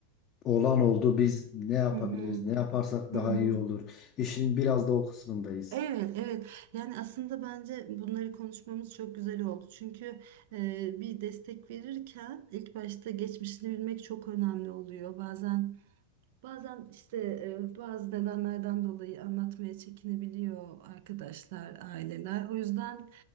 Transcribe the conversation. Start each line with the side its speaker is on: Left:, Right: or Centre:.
Left: olan oldu biz ne yapabiliriz
Right: Hı hı,
Left: ne yaparsak daha
Right: hı hı.
Left: iyi olur. İşin biraz da o kısmındayız.
Right: Evet, evet. Yani aslında bence bunları konuşmamız çok güzel oldu. Çünkü e, bir destek verirken ilk başta geçmişini bilmek çok önemli oluyor. Bazen Bazen işte e, bazı nedenlerden dolayı anlatmaya çekinebiliyor arkadaşlar, aileler. O yüzden